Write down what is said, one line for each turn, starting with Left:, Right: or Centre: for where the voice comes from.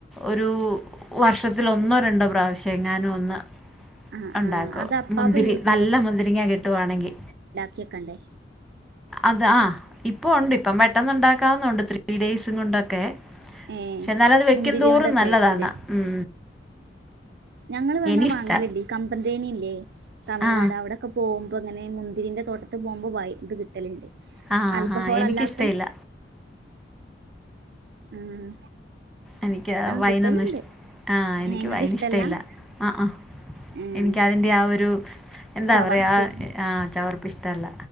Centre: ഒരു വർഷത്തിലൊന്നോ രണ്ടോ പ്രാവശ്യം എങ്ങാനും ഒന്ന്
Right: ആഹ്
Centre: ഒണ്ടാക്കും
Right: ആഹ് അത് അപ്പാപ്പ
Centre: മുന്തിരി
Right: യൂസ്
Centre: നല്ല മുന്തിരിങ്ങ കിട്ടുവാണെങ്കി
Right: കേക്കാണ്ടേ
Centre: അതെ ആഹ് ഇപ്പൊ ഒണ്ട് ഇപ്പം പെട്ടെന്ന് ഇണ്ടാക്കാവുന്നതുണ്ട് ത്രീ ഡൈസുംങ്ങാെണ്ടൊക്കെ പക്ഷെ
Right: ഏഹ്
Centre: ഇന്നാലത് വെക്കുംന്തോറും
Right: മുന്തിരിയോണ്ടൊക്കെ
Centre: നല്ലതാണ്
Right: ആയിരിക്കൂല്ലേ
Centre: ഉം
Right: ഞങ്ങള് വാങ്ങ്ണ
Centre: എനിക്കിഷ്ട
Right: മാങ്ങല് ഇല്യേ കമ്പന്തേന് ഇല്ലേ തമിഴ്നാട്
Centre: ആ
Right: അവടെക്ക പോവുമ്പാെ ഇങ്ങനെ മുന്തിരിന്റെ തോട്ടത്ത് പോവുമ്പാെ വൈ ഇത് കിട്ടല്ണ്ട്
Centre: ആ
Right: ആൽക്കഹോൾ
Centre: ആ എനിക്കിഷ്ടമില്ല
Right: അല്ലാത്തത് ആഹ്
Centre: എനിക്ക്
Right: ആഹ്
Centre: വൈനൊന്നും
Right: കിട്ടലുണ്ട്
Centre: ഇഷ് ആഹ് എനിക്കും
Right: ഏഹ് ഇങ്ങക്ക്
Centre: വൈന്
Right: ഇഷ്ടല്ല
Centre: ഇഷ്ടവില്ല ആഹ് ആഹ്
Right: ഏഹ്
Centre: എനിക്ക് അതിന്റെ ആ ഒരു എന്താ
Right: ചവർപ്പ്
Centre: പറയാ ആ ആഹ് ചവർപ്പ് ഇഷ്ടമല്ല